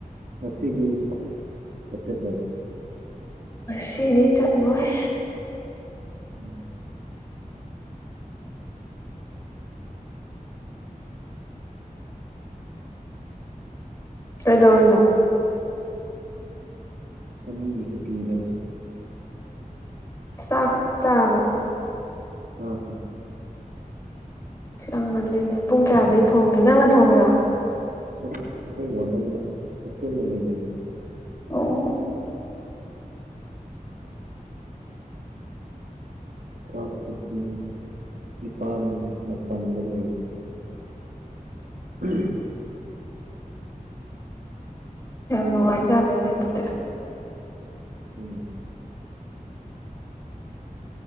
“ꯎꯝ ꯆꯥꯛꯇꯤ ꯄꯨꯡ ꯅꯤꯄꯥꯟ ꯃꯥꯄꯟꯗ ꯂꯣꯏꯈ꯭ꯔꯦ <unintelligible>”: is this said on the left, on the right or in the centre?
Right